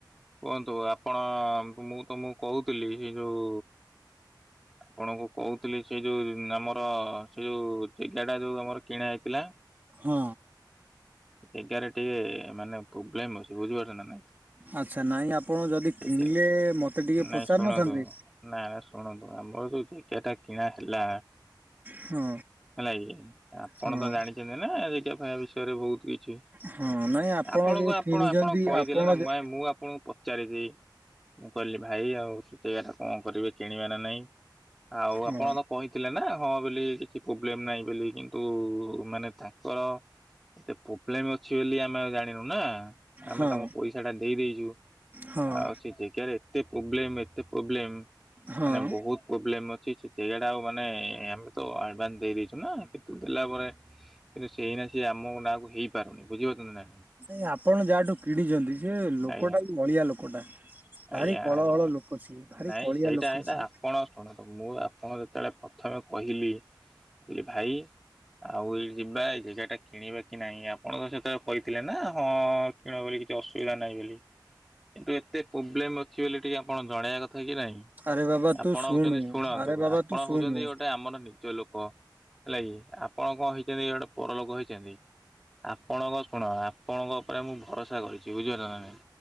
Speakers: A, in the centre; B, on the right.
A: କୁହନ୍ତୁ। ତ ଆପଣ ମୁଁ ତମକୁ କହୁଥିଲି ସେ ଯୋଉ ଆପଣଙ୍କୁ କହୁଥିଲି ସେ ଯୋଉ ଆମର ସେ ଯୋଉ ଜାଗା ଟା ଯୋଉ ଆମର କିଣା ହେଇଥିଲା।
B: ହଁ।
A: ଜାଗାରେ ଟିକେ ମାନେ ପ୍ରୋବ୍ଲେମ ଅଛି ବୁଝିପାରୁଛ ନା ନାଇଁ
B: ଆଚ୍ଛା ନାଇଁ ଆପଣ ଯଦି କିଣିଲେ
A: ସେ
B: ମତେ ଟିକେ ପଚାରି
A: ନାଇଁ ଶୁଣନ୍ତୁ
B: ନଥାନ୍ତେ
A: ନାଇଁ ଶୁଣନ୍ତୁ। ଆମର ଯୋଉ ଜାଗାଟା କିଣା ହେଲା
B: ହଁ
A: ହେଲା କି ଆପଣ
B: ହଁ
A: ତ ଜାଣିଛନ୍ତି ନା <unintelligible> ବିଷୟରେ ବହୁତ କିଛି
B: ହଁ ନାଇଁ ଆପଣ
A: ଆପଣଙ୍କୁ
B: ଯୋଉ
A: ଆପଣ
B: କିଣିଛନ୍ତି
A: ଆପଣ କହିଦେଲେ
B: ଆପଣ
A: ନା
B: ଯେ
A: ମା ମୁଁ ଆପଣଙ୍କୁ ପଚାରିଛି ମୁଁ କହିଲି ଭାଇ ଆଉ ସୁତେଇବାଟା କଣ କରିବେ କିଣିବେ ନା ନାଇଁ ଆଉ
B: ହଁ
A: ଆପଣ ତ କହିଥିଲେ ନା ହଁ ବୋଲି କିଛି ପ୍ରୋବଲେମ ନାହିଁ ବୋଲି କିନ୍ତୁ ମାନେ ତାଙ୍କର ଏତ ପ୍ରୋବ୍ଲେମ୍ ଅଛି ବୋଲି ଆମେ ଆଉ ଜାଣିନୁ ନା ଆମେ
B: ହଁ
A: ତାଙ୍କୁ ପଇସା ଟା ଦେଇ ଦେଇଛୁ।
B: ହଁ
A: ଆଉ ସେ ଜାଗାରେ ଏତେ ପ୍ରୋବ୍ଲେମ୍ ଏତେ ପ୍ରୋବ୍ଲେମ୍
B: ହଁ
A: ମାନେ ବହୁତ ପ୍ରୋବ୍ଲେମ୍ ଅଛି ସେ <unintelligible> ଆଉ ମାନେ ଆମେ ତ ଆଡଭାନ୍ସ୍ ଦେଇ ଦେଇ ଦେଇଛୁ ନା ତୁ ଦେଲା ପରେ କିନ୍ତୁ ସେଇନା ସିଏ ଆମ ନାଁକୁ ହେଇପାରୁନି ବୁଝିପାରୁଛ ନା ନାଇଁ
B: ନାଇଁ ଆପଣ ଯାହାଠୁ କିଣିଛନ୍ତି ସେ ଲୋକଟା
A: ଆଜ୍ଞା
B: ବି ଅଳିଆ ଲୋକଟା ଭାରି
A: ଆଜ୍ଞା
B: କଳହଳ
A: ଆଜ୍ଞା
B: ଲୋକ ସିଏ ଭାରି
A: ନାଇଁ
B: କଳିଆ
A: ସେଇଟା
B: ଲୋକ
A: ହେଲା
B: ସିଏ
A: ଆପଣ ଶୁଣନ୍ତୁ ମୁଁ ଆପଣ ଯେତେବେଳେ ପ୍ରଥମେ କହିଲି କହିଲି ଭାଇ ଆଉ ଏଇ ଯିବା ଏ ଜାଗାଟା କିଣିବା କି ନାଇଁ ଆପଣ ତ ସେତେବେଳେ କହିଥିଲେ ନା ହଁ କିଣ ବୋଲି କିଛି ଅସୁବିଧା ନାହିଁ ବୋଲି କିନ୍ତୁ ଏତେ ପ୍ରୋବ୍ଲେମ୍ ଅଛି ବୋଲି ଟିକେ ଆପଣ ଜଣେଇବା କଥା କି ନାଇଁ
B: ଆରେ ବାବା ତୁ
A: ଆପଣ
B: ଶୁଣୁ
A: ହଉଛନ୍ତି ଶୁଣନ୍ତୁ
B: ଆରେ ବାବା
A: ଆପଣ
B: ତୁ ଶୁଣୁ
A: ହଉଛନ୍ତି ଗୋଟେ ଆମର ନିଜ ଲୋକ ହେଲା କି ଆପଣ କଣ ହେଇଛନ୍ତି ଗୋଟେ ପରଲୋକ ହେଇଛନ୍ତି। ଆପଣଙ୍କ ଶୁଣ ଆପଣଙ୍କ ଉପରେ ମୁଁ ଭରସା କରିଛି ବୁଝିଲ ନା ନାଇଁ